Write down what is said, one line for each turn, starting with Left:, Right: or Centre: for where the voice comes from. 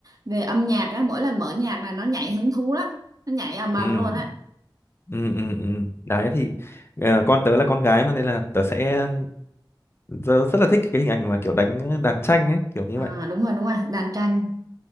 Right: về âm nhạc á, mỗi lần mở nhạc là nó nhảy hứng thú lắm, nó nhảy ầm ầm
Left: ừ
Right: luôn á.
Left: ừ ừ ừ đấy thì ờ, con tớ là con gái mà nên là tớ sẽ tớ rất là thích cái hình ảnh mà kiểu đánh đàn tranh ấy kiểu như
Right: À,
Left: vậy
Right: đúng rồi đúng rồi, đàn tranh.